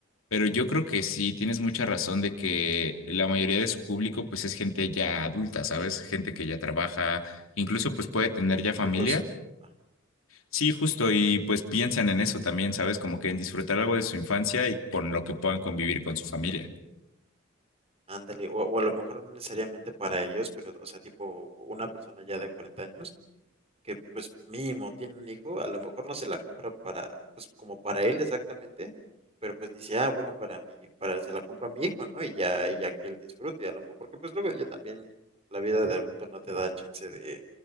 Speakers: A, on the left; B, on the right.
A: pero yo creo que sí tienes mucha razón de que la mayoría de su público pues es gente ya adulta, ¿sabes? Gente que ya trabaja, incluso pues puede tener
B: O
A: ya
B: con
A: familia
B: hijos, ajá,
A: Sí, justo, y pues piensan en eso también, ¿sabes? Como que en disfrutar algo de su infancia y con lo que puedan convivir con su familia.
B: ándale, o, o a lo mejor no necesariamente para ellos, pero o sea, tipo una persona ya de 40 años que pues mínimo tiene un hijo, a lo mejor no se la compra para, pues como para él exactamente, pero pues dice, ah, bueno, para mí, para, se la compro a mi hijo, ¿no? Y ya, y ya que él disfrute, a lo mejor, porque pues luego ya también la vida de adulto no te da chance de,